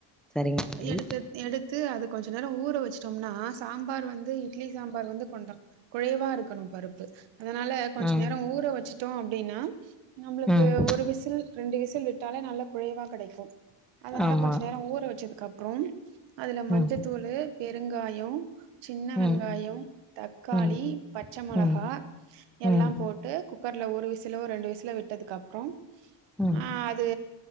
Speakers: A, in the centre; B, on the right (about 80°).
A: சரிங்க தோழி.
B: எடுத்து எடுத்து அது கொஞ்ச நேரோ ஊற வச்சுட்டோம்னா சாம்பார் வந்து இட்லி சாம்பார் வந்து கொண்ட குலைவா இருக்கணு பருப்பு அதனால கொஞ்ச
A: ம்.
B: நேரோ ஊற வச்சுட்டோ அப்படின்னா நம்மளுக்கு
A: ம்.
B: ஒரு விசில் ரெண்டு விசில் விட்டாலே நல்ல குலைவா கடைக்கு அதனால
A: ஆமா.
B: கொஞ்ச நேரோ ஊற வச்சதுக் அப்புறம் அதுல மஞ்சத்
A: ம்.
B: தூளு பெருங்காயோ சின்ன வெங்காயம்
A: ம்.
B: தக்காளி
A: ம்.
B: பச்ச மொளகா
A: ம்.
B: எல்லாம்
A: ம்.
B: போட்டு குக்கர்ல ஒரு விசிலோ ரெண்டு விசில விட் விட்டதுக் அப்புறம்
A: ம்.
B: ஆ அது